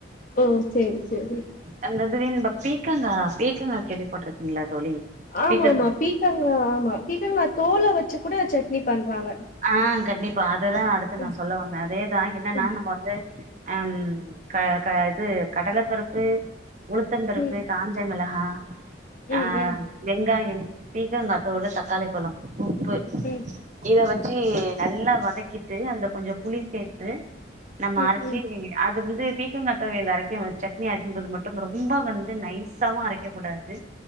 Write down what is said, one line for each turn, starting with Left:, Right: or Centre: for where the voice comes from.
Left: ம் சேரி செரி
Right: அந்தது வேண் ப பீக்கங்கா பீக்கங்கா கேள்விப்பட்டிருக்கீங்ளா தோழி
Left: ஆமா
Right: பீக்கங்கா
Left: ஆமா பீக்கங்கா ஆமா பீக்கங்கா தோல வச்சு கூட சட்னி பண்றாங்க
Right: ஆ கண்டிப்பா அததா அடுத்து நா
Left: ம்
Right: சொல்ல வந்த அதேதா என்னன்னா
Left: ம்
Right: நம்ப வந்து அம் க க இது கடல பருப்பு உளுத்தம்ம்பருப்பு
Left: ம்
Right: காஞ்ச மெளகா ஆ
Left: ம் ம்
Right: வெங்காயம் பீக்கங்காத்தோல் தக்காளி பழம் உப்பு
Left: ம்
Right: இத வச்சு நல்லா வதக்கிட்டு அதுல கொஞ்சொ புளி சேத்து நம்ம
Left: ம் ம்
Right: அரச்சு அது வந்து பீக்கங்காத்தொவயல் அரைக்க சட்னி அரைக்கும்போது மட்டும் ரொம்ப வந்து நைஸாவு அரைக்க கூடாது